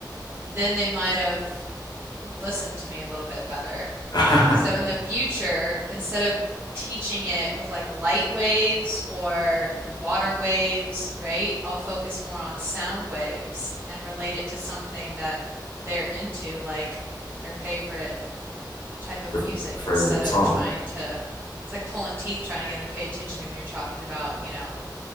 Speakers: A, on the right; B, on the left.
A: then they might have listened to me a little bit better.
B: <laughs> okay.
A: So in the future, instead of teaching it with like light waves or water waves, right? I'll focus more on sound waves and relate it to something that they're into, like their favorite type of
B: The
A: music
B: favorite
A: instead of
B: song.
A: trying to it's like pulling teeth trying to get them to pay attention to me when you're talking about, you know,